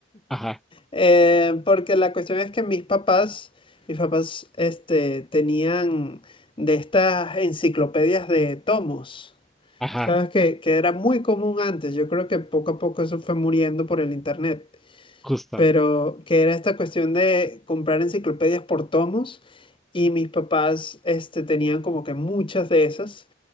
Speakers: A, in the centre; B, on the left.
A: Ajá,
B: Eh, porque la cuestión es que mis papás, mis papás, este, tenían de estas enciclopedias de tomos,
A: ajá,
B: ¿sabes? Que, que era muy común antes, yo creo que poco a poco eso fue muriendo por el internet
A: justo.
B: pero que era esta cuestión de comprar enciclopedias por tomos y mis papás este, tenían como que muchas de esas.